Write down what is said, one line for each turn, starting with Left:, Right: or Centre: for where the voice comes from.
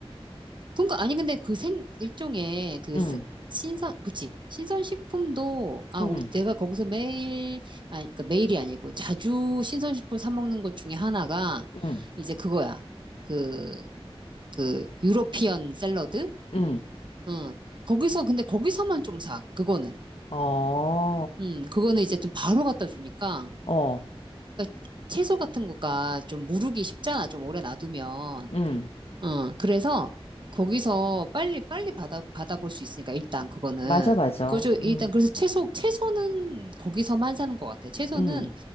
Right: 그러니까 아니 근데 그 생 일종의 그
Left: 응,
Right: 스- 신선 그치 신선식품도 아
Left: 응,
Right: 우- 내가 거기서 매일 아니 그 매일이 아니고 자주 신선식품 사 먹는 것 중에 하나가
Left: 응,
Right: 이제 그거야. 그 그 유러피언 샐러드.
Left: 응.
Right: 응. 거기서 근데 거기서만 좀 사. 그거는.
Left: 어,
Right: 음, 그거는 이제 좀 바로 갖다 주니까.
Left: 어,
Right: 그러니까 채소 같은 거가 좀 무르기 쉽잖아. 좀 오래 놔두면.
Left: 응.
Right: 어, 그래서 거기서 빨리 빨리 받아 받아볼 수 있으니까 일단 그거는
Left: 맞아, 맞아.
Right: 그죠.
Left: 응,
Right: 일단 그래서 채소 채소는 거기서만 사는 것 같아. 채소는
Left: 응.